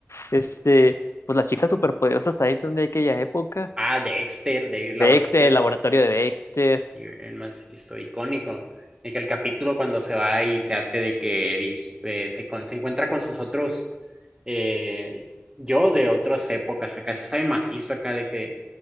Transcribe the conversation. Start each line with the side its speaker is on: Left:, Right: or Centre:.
Left: Este, pues las chicas superpoderosas también son de aquella época.
Right: Ah, Dexter, de
Left: Dexter,
Right: Laboratorio
Left: el laboratorio
Right: de Dexter.
Left: de Dexter.
Right: Y el más hizo icónico. De que el capítulo cuando se va y se hace de que vieji- eh, se, con- se encuentra con sus otros eh, yo de otras épocas acá. Eso está bien macizo acá de que